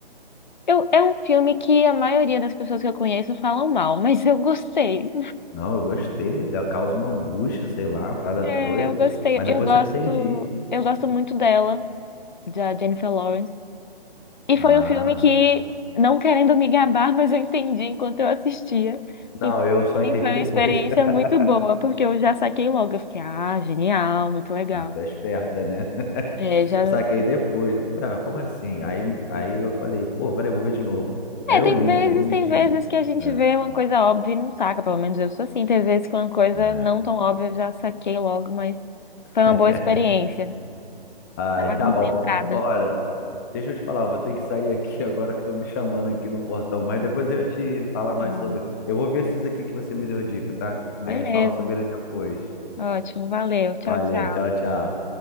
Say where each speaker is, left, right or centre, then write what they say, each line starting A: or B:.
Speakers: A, on the left; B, on the left.
A: Eu, é um filme que a maioria das pessoas que eu conheço falam mal, mas eu gostei.
B: Não, eu gostei, ele dá- causa uma angústia, sei lá, uma parada
A: É,
B: doida.
A: eu gostei.
B: Mas
A: Eu
B: depois
A: gosto,
B: eu entendi.
A: eu gosto muito dela, da Jennifer Lawrence. E
B: Ah,
A: foi um filme que, não querendo me gabar, mas eu entendi enquanto eu assistia.
B: não,
A: Então,
B: eu
A: pra
B: só
A: mim
B: entendi
A: foi uma
B: depois.
A: experiência
B: <laughs>
A: muito boa, porque eu já saquei logo. Eu fiquei, ah, genial, muito legal.
B: Ah, tu é esperta, né? <laughs>
A: É, já.
B: Eu saquei depois. Eu falei, ah, como assim? Aí, me, aí eu falei, pô, peraí, vou ver de novo. Aí
A: É,
B: eu
A: tem
B: li,
A: vezes,
B: não vou mentir.
A: tem vezes que a gente
B: Né?
A: vê uma coisa óbvia e não saca, pelo menos eu sou assim. Tem vezes que uma coisa
B: Né?
A: não tão óbvia eu já saquei logo, mas foi uma
B: <laughs>
A: boa experiência.
B: Ai,
A: Estava
B: tá
A: concentrada.
B: bom. Olha, deixa eu te falar, eu vou ter que sair aqui <laughs> agora que estão me chamando aqui no portão, mas depois eu te falar
A: Pronto.
B: mais sobre. Eu vou ver esses aqui que você me deu a dica, tá?
A: Beleza,
B: Aí a gente fala sobre ele depois.
A: ótimo, valeu. Tchau,
B: Valeu,
A: tchau.
B: tchau, tchau.